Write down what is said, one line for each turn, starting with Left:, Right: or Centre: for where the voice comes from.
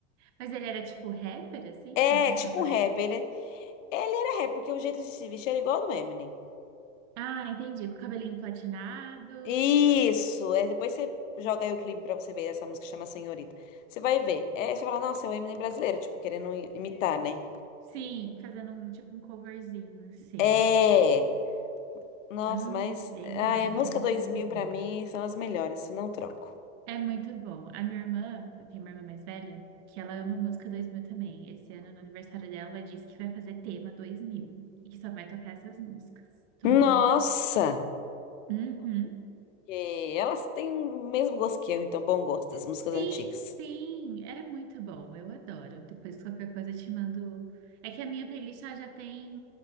Right: Mas ele era tipo rapper, assim?
Left: É,
Right: Cantava.
Left: tipo um rap. Ele, ele era rap, porque o jeito de se vestir era igual ao do Eminem.
Right: Ah, entendi. Com o cabelinho platinado.
Left: Isso! É, depois você joga aí o clipe pra você ver essa música chama Senhorita. Você vai ver. É, você fala, nossa, é o Eminem brasileiro, tipo, querendo im- imitar, né?
Right: Sim, fazendo um tipo um coverzinho, assim.
Left: É! Nossa,
Right: Ai,
Left: mas.
Right: legal.
Left: ah é música
Right: Depois eu
Left: 2000
Right: vou ver.
Left: pra mim são as melhores, isso não troco.
Right: É muito bom. A minha irmã, eu tenho uma irmã mais velha, que ela ama música 2000 também. Esse ano, no aniversário dela, ela disse que vai fazer tema 2000 e que só vai tocar essas músicas. Tô muito
Left: Nossa!
Right: animada. Uhum.
Left: Que elas têm o mesmo gosto que eu, então bom gosto das músicas
Right: Sim,
Left: antigas.
Right: sim, é muito bom, eu adoro. Depois qualquer coisa eu te mando. É que a minha playlist ela já tem